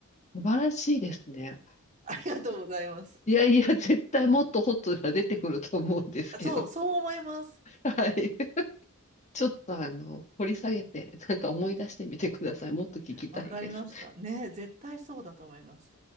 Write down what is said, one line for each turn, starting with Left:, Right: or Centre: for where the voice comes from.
Left: 素晴らしいですね。
Right: ありがとうございます。
Left: いやいや、絶対もっとホットが出てくると思うんですけど。
Right: そう、そう思います。
Left: はい。ちょっとあの、掘り下げて、なんか思い出してみてください。もっと聞きたいです。
Right: わかりました。ね、絶対そうだと思います。